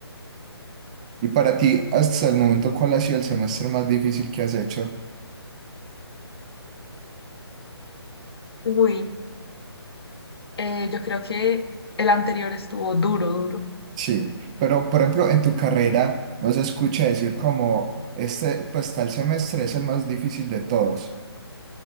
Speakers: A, on the right; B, on the left.
A: Y para ti, hasta el momento, ¿cuál ha sido el semestre más difícil que has hecho?
B: Uy, eh, yo creo que el anterior estuvo duro, duro.
A: Sí, pero por ejemplo, en tu carrera no se escucha decir como, este, pues tal semestre es el más difícil de todos.